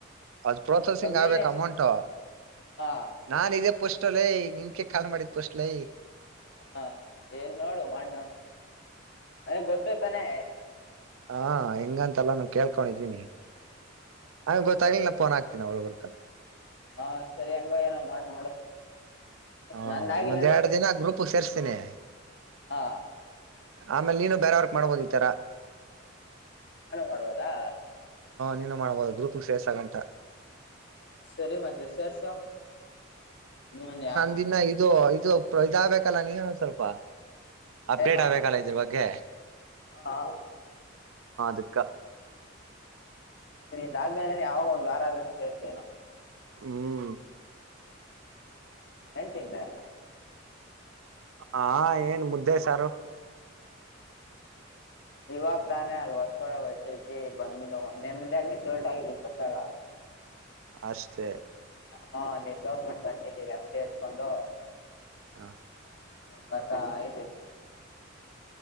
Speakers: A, on the right; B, on the left.
A: ಅದ್ ಪ್ರೋಸೆಸಿಂಗ್ ಆಗ್ಬೇಕ
B: ನೀನ್ ಎಷ್ಟ
A: ಅಮೌಂಟ್
B: ಹಾ
A: ನಾನ ಇದೇ ಪೋಸ್ಲ್ ಯ ನಿನ್ಕ ಕಾ ಮಾಡಿದ್ ಪೋಸ್ಟ್ಲ್ ಲೇ
B: ಹಾ ಏನ್ ನೋಡು ಮಾಡಿ ನೋಡು ಅ ಗೊತ್ತ ತಾನೆ
A: ಹಾ ಹೆಂಗಂತಲ್ಲ ನ ಕೇಳ್ಕೊಂಡಿದೀನಿ ಹಂಗಗೆ ಗೊತ್ತಾಗಿಲ
B: ಸರಿ
A: ನ ಪೋನ್ ಹಾಕ್ತೀನಿ ಅವ್ರ್ರ
B: ಹಾ ಸರಿ ಹೆಂಗೋ ಏನೋ ಮಾಡ್ ಮಾಡು
A: ಹಾ
B: ನಂದಾಗಿಲ್ಲ
A: ಇನ್ನೊಂದ್
B: ಅಂದ್ರೆ
A: ಎರಡು ದಿನ ಗ್ರೂಪ್ ಸೇರ್ಸ್ತೇನೆ
B: ಹಾ
A: ಆಮೇಲೆ ನೀನು ಬೇರವರ್ಕ್ ಮಾಡ್ಬೋದ ಈತಾರ
B: ನಾನು ಮಾಡುವದಾ
A: ನೀನು ಮಾಡ್ಬೋದು ಗ್ರೂಪ್ ಸೇರ್ಸಗಂಟ
B: ಹ ಸರಿ ಮತ್ತೆ ಸರ್ಸ ಮನ್ <unintelligible>
A: ಇದನ್ನ ಇದು ಇದು ಇದ ಆಗಬೇಕಲ್ಲ ನೀ ಸ್ವಲ್ಪ ಅಪ್ಡೇಟ್
B: ಏನಾ
A: ಆಗ್ಬೇಕಲ್ಲ ಇದ್ರ ಬಗ್ಗೆ
B: ಹಾ ಹಾ ಹಾ
A: ಸಿಕ್ಕ
B: ಇದುದ್ಮೇಲೆ ಯಾವಾಗ ಒಂದ ವಾರ ಆದ್ರ ಸೇರ್ತೇನೋ
A: ಹ್ಮ್
B: ಏನ್ ತಿಂದೆ
A: ಹಾ ಏನ್ ಮುದ್ದೆ ಸಾರು
B: ಇವಾಗ ತಾನೇ ಅಲ್ ಹೊಸ್ಕಡ ಬಸತಿ ಬಂದ ನೆಮದಾಗ ನಿ ತೋರ್ಟ ಆಗಿದೀ ಬಸಾಗ
A: ಅಷ್ಟೇ
B: ಹಾ ನಿನ್ ಹೋಗ್ಬಿಟ್ಟು ನಂದಲಿ ಎಮ ಎತ್ಕೊಂಡು
A: ಹಾ
B: ಬಟ ಆಯ್ತಲ್ಲ